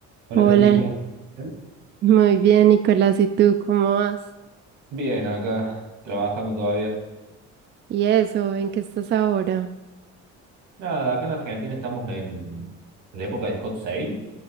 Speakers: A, on the right; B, on the right.
A: Hola
B: Hola,
A: Tati, ¿cómo estás?
B: muy bien, Nicolás. ¿Y tú cómo vas?
A: Bien, acá trabajando todavía.
B: ¿Y eso? ¿En qué estás ahora?
A: Nada, acá en Argentina estamos en la época de Hot Sale,